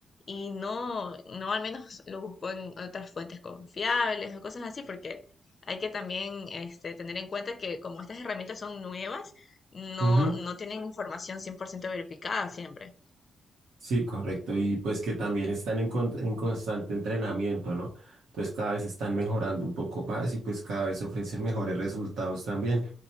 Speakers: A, on the left; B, on the right.
A: y no, no al menos lo buscó en otras fuentes confiables o cosas así, porque hay que también este, tener en cuenta que como estas herramientas son nuevas, no,
B: Ujú.
A: no tienen información 100% verificada siempre.
B: Sí, correcto. Y pues que también están en, con- en constante entrenamiento, ¿no? Entonces cada vez están mejorando un poco más y pues cada vez ofrecen mejores resultados también.